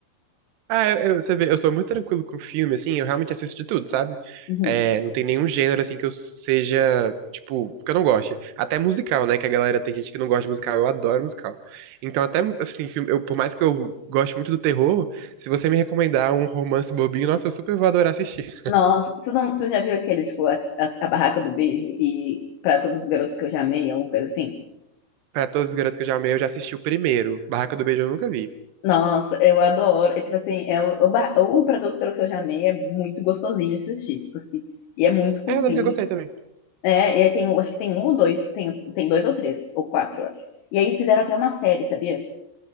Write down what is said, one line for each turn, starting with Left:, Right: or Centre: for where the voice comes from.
Right: Ah, eu, eu- você vê, eu sou muito tranquilo com filme, assim, eu realmente assisto de tudo, sabe?
Left: Uhum.
Right: É, não tem nenhum gênero, assim, que eu seja, tipo, que eu não goste. Até musical, né? Que a galera tem gente que não gosta de musical, eu adoro musical. Então, até, assim, filme, eu, por mais que eu goste muito do terror, se você me recomendar um romance bobinho, nossa, eu super vou adorar assistir.
Left: Nossa, tu, não, tu já viu aquele, tipo, a, a- a barraca do beijo e pra todos os garotos que eu já amei, alguma coisa assim?
Right: Pra todos os garotos que eu já amei, eu já assisti o primeiro. Barraca do Beijo eu nunca vi.
Left: Nossa, eu adoro. É tipo assim, é o, o, barra- o pra todos os garotos que eu já amei é muito gostosinho de assistir, tipo assim. E é muito fofinho.
Right: É, eu lembro que eu gostei também.
Left: É, e aí tem, um- acho que tem um ou dois, tem, tem dois ou três, ou quatro, eu acho. E aí fizeram até uma série, sabia?